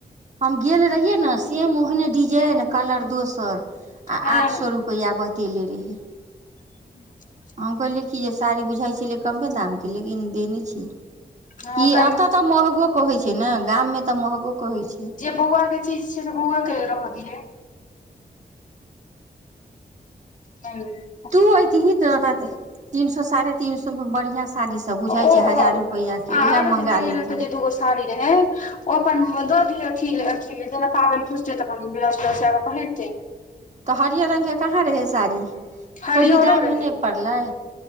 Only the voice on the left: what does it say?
हँ
ह <inaudible>
हँ
तखन
जे बौआ के चीज छै से बौआ के ल रह दियै हेलो
ओ आ
आरो
जे हरियर
रंग के जे दूगो साड़ी रहै ओ अपन द दिअ अथि लय अथि लय जेना पाबनि खुजते तऽ अपन वृहस्पति छै पहिरते
हरिअरओ
रहे